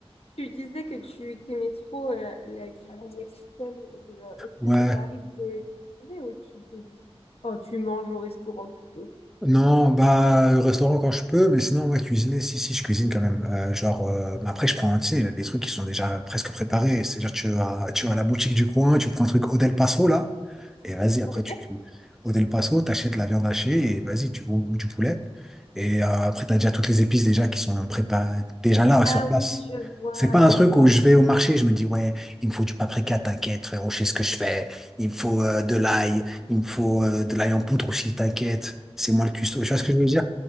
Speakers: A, on the left; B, in the centre.
A: tu disais que tu aimais trop euh, la cuisine mexicaine. Genre, Est-ce que
B: Ouais,
A: ça t'arrive de cuisiner ou tu fais juste... Oh, tu manges au restaurant plutôt.
B: Non, bah, le restaurant quand je peux, mais sinon, ouais, cuisiner, si, si, je cuisine quand même. Euh, genre, euh, mais après, je prends, tu sais, les trucs qui sont déjà presque préparés. C'est-à-dire, tu vas, tu vas à la boutique du coin, tu prends un truc au Del Paso, là, et vas-y, après,
A: Ouais.
B: tu, tu- au Del Paso, t'achètes de la viande hachée, et vas-y, tu, ou, ou du poulet. Et euh, après, t'as déjà toutes les épices déjà qui sont préparées, déjà là,
A: ah
B: sur place.
A: oui, je vois,
B: C'est pas un
A: je
B: truc
A: vois.
B: où je vais au marché, je me dis, ouais, il me faut du paprika, t'inquiète, frérot, je sais ce que je fais. Il me faut euh, de l'ail. Il me faut euh, de l'ail en poudre aussi, t'inquiète, c'est moi le cuistot. Tu vois ce que je veux dire?